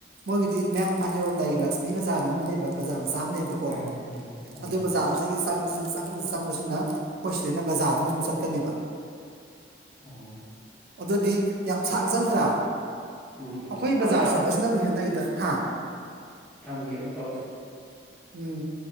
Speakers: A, on the right (about 55°); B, in the centre.
A: ꯃꯣꯏꯒꯤꯗꯤ ꯃꯌꯥꯡꯐꯥꯥꯟ ꯌꯧꯔꯝꯗꯥꯏꯒꯤ ꯂꯛꯁꯃꯤ ꯕꯖꯥꯔꯅ ꯑꯃ ꯂꯩꯕ ꯕꯖꯥꯔ ꯆꯥ ꯑꯃ ꯂꯩꯌꯦꯕꯀꯣ
B: ꯈꯪꯉꯤ ꯈꯪꯉꯤ ꯎꯝ
A: ꯑꯗꯣ ꯕꯖꯥꯔꯖꯤꯗꯒꯤ ꯆꯪ ꯪ <unintelligible> ꯆꯪꯕꯁꯤꯅ ꯆꯪꯕꯁꯤꯅ ꯑꯩꯈꯣꯏ ꯁꯤꯗꯒꯤꯅ ꯕꯖꯥꯔ ꯑꯃꯃꯨꯛ ꯆꯠꯀꯅꯦꯕ
B: ꯑꯣ
A: ꯑꯗꯨꯗꯤ ꯌꯥꯝ ꯁꯥꯡꯅ ꯆꯪꯗ꯭ꯔꯥ
B: ꯎꯝ ꯎꯝ
A: ꯑꯈꯣꯏ
B: ꯑꯝ
A: ꯕꯖꯥꯔ ꯆꯠꯄꯕꯁꯤꯅꯕꯨ ꯍꯦꯟꯅ ꯅꯛꯏꯗ ꯍꯥ
B: ꯊꯝꯒ ꯑꯃꯨꯛ ꯇꯎꯔꯛꯀꯦ
A: ꯎꯝ